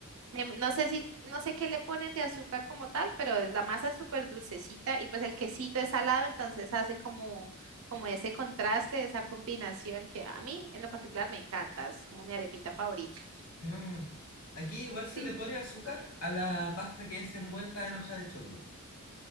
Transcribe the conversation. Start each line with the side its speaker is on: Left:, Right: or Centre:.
Right: me- no sé si, no sé qué le ponen de azúcar como tal, pero la masa es súper dulcecita y pues el quesito es salado, entonces hace como, como ese contraste, esa combinación que a mí en lo particular me encanta, es como mi arepita favorita.
Left: Mm. Aquí igual se
Right: Sí.
Left: le pone azúcar a la pasta que es envuelta en hoja de choclo,